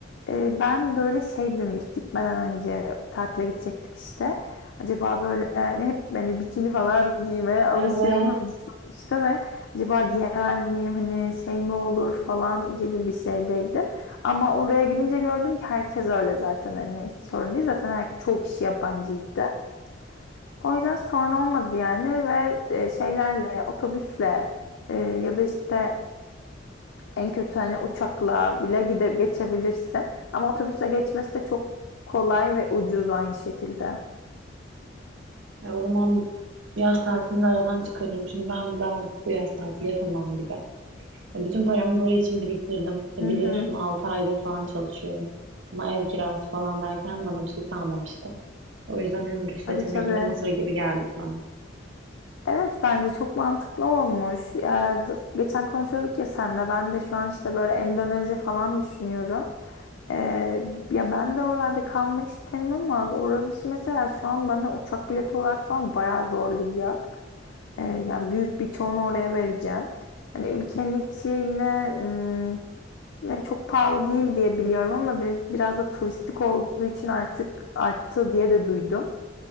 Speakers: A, on the left (about 85°); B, on the right (about 80°).
A: Ee, ben böyle şeydim ilk gitmeden önce tatile gidecektik işte. Acaba böyle hani hep beni bikini falan giymeye alışığım
B: Evet.
A: hani sonuçta ve acaba giyemez miyim hani şey mi olur falan gibi bir şeydeydim. Ama oraya gidince gördüm ki herkes öyle zaten hani hiç sorun değil. Zaten her, çoğu kişi yabancıydı. O yüzden sorun olmadı yani ve e, şeylerle otobüsle e, ya da işte en kötü hani uçakla bile gide geçebilirsin. Ama otobüsle geçmesi de çok kolay ve ucuz aynı şekilde.
B: E, o zaman yaz tatilini de aradan çıkarayım. Çünkü ben bir daha bu yaz tatili yapamam gibi. E, bütün paramı buraya için biriktirdim. E,
A: Hı
B: biliyorsun
A: hı.
B: 6 aydır falan çalışıyorum. Ama ev kirası falan derken bana bir şey kalmamıştı. O yüzden en ucuz seçenek
A: Tabii tabii.
B: yine Mısır gibi geldik bana.
A: Evet bence çok mantıklı olmuş. Ya, d- geçen konuşuyorduk ya senle ben de şu an işte böyle Endonezya falan düşünüyorum. Ee, ya ben de oralarda kalmak isterim ama orası mesela şu an bana uçak bileti olarak falan bayağı zorlayacak. Ee, yani büyük bir çoğunu oraya vereceğim. Hani ülkenin içi yine ım, yine çok pahalı değil diye biliyorum ama biraz, biraz da turistik olduğu için artık arttı diye de duydum.